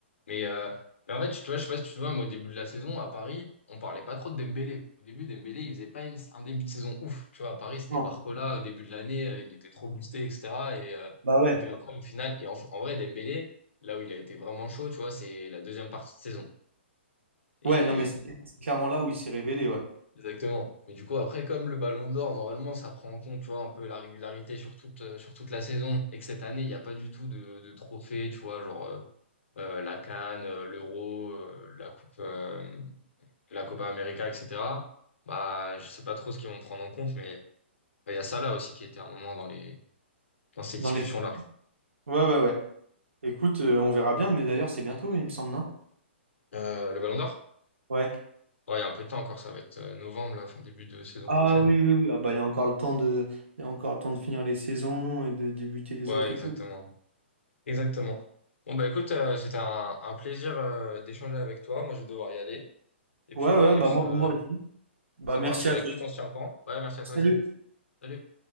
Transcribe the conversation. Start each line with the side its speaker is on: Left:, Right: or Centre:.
Left: Mais, euh, mais en fait, tu vois, je sais pas si tu te vois, mais au début de la saison, à Paris, on parlait pas trop de Dembélé. Au début, Dembélé, il faisait pas une- un début de saison ouf. Tu vois, à Paris, c'était
Right: Non.
Left: Barcola au début de l'année, euh, il était trop boosté, etc. Et, euh,
Right: Bah ouais.
Left: et puis après, au final, et en, en vrai, Dembélé, là où il a été vraiment chaud, tu vois, c'est la deuxième partie de saison. Et
Right: Ouais, non, mais c'est c'est clairement là où il s'est révélé, ouais.
Left: Exactement. Mais du coup, après, comme le Ballon d'Or, normalement, ça prend en compte, tu vois, un peu la régularité sur toute, euh, sur toute la saison. Et que cette année, il n'y a pas du tout de, de trophée, tu vois, genre euh, euh, la CAN, euh, l'Euro, euh, la Coupe, euh, la Copa América, etc. Bah, je sais pas trop ce qu'ils vont prendre en compte, mais bah, il y a ça là aussi qui était un moment dans les, dans ces
Right: Dans
Left: discussions-là.
Right: les... Ouais, ouais, ouais. Écoute, euh, on verra bien, mais d'ailleurs, c'est bientôt, il me semble, non?
Left: Euh, le Ballon d'Or?
Right: Ouais.
Left: Ouais, il y a un peu de temps encore, ça va être euh, novembre, là, fin début de saison
Right: Ah
Left: prochaine.
Right: oui, oui, oui. Ah bah, il y a encore le temps de... il y a encore le temps de finir les saisons et de débuter les
Left: Ouais,
Right: autres
Left: exactement.
Right: et tout.
Left: Exactement. Bon bah écoute, euh, c'était un, un plaisir euh, d'échanger avec toi. Moi je vais devoir y aller. Et
Right: Ouais,
Left: puis bah
Right: ouais,
Left: on
Right: bah
Left: se
Right: moi, moi aussi. Bah
Left: ça
Right: merci
Left: marche.
Right: à
Left: Bah
Right: toi.
Left: écoute, on se tient au courant. Ouais, merci à
Right: Salut.
Left: toi aussi. Salut.